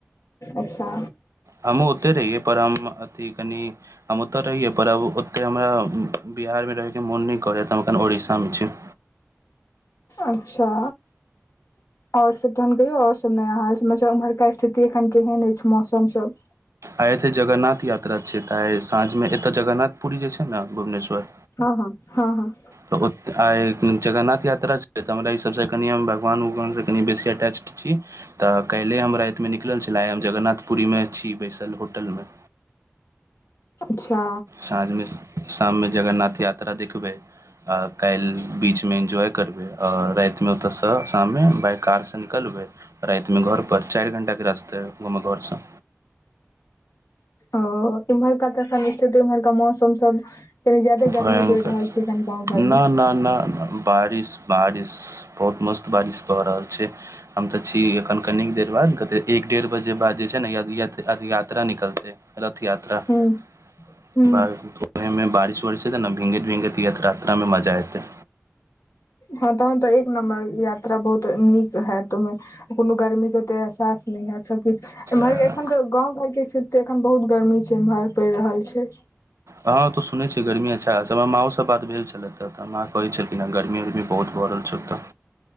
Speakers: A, on the left; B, on the right.
A: अच्छा
B: हमहुँ ओतय रहियै पर हम अथी कनि हम ओतऽ रहियै पर। एतऽ हमरा बिहार मे रहैके मोन नहि करय हम एखन उड़ीसामे छी।
A: अच्छा। आओर सब तहन कहियौ आओर सब नया हाल सबलब उम्हरका स्थिति एखन केहन अछि मौसम सब।
B: आइ एते जगन्नाथ यात्रा छै, तऽ आइ साँझमे एतय जगरनाथ पुरी जे छै नऽ भुवनेश्वर
A: हँ - हँ, हँ - हँ।
B: तऽ आइ जगन्नाथ यात्रा छै तऽ हमरा ई सबसँ कनि हम भगवान उगवानसँ कनि बेसी अटैचड छी। तऽ काइल्हे हम रातिमे निकलल छले हम जगन्नाथपुरीमे छी बैसल होटलमे।
A: अच्छा।
B: साँझमे शाममे जगन्नाथ यात्रा देखबै। आ काल्हि बीचमे एन्जॉय करबै आओर रातिमे ओतयसँ शाममे बाइ कारसँ निकलबै। रइतमे घर पर चारि घंटा केँ रास्तै हमर घरसँ।
A: ओ इमहरका तन स्थिति इम्हरका कनी मौसम सब। कनि ज्यादे गर्मी
B: भयङ्कर
A: पैर रहल छै एखन गाँव घर
B: ना
A: मे
B: ना - ना। बारिश - बारिश बहुत मस्त बारिश भऽ रहल छै। हम तऽ छी एखन कनिक देर बाद एक डेढ़ बजे बाद जे छै नऽ <unintelligible> अभी यात्रा निकलतै। रथ यात्रा <unintelligible>
A: हूँ हूँ
B: ओहिमे बारिश उारिश हेतै नऽ भीगैत - भीगैत यात्रामे मजा एतै।
A: हँ तहन तऽ एक नम्बर यात्रा बहुत नीक हैत ओयमे। कोनो गर्मी केँ ओते एहसास नइ हैत सबकिछ एमहर
B: हँ
A: एखन कऽ गाँंव घर केँ स्थित एखन बहुत गर्मी छै एमहर पैर रहल छै।
B: हँ ओतऽ सुनैय छियै गर्मी अच्छा अछि हमर माँओ सँ बात भेल छलै तऽ माँ कहैत छलखिन आ गर्मी उर्मी बहुत बढ़ल छै एतऽ।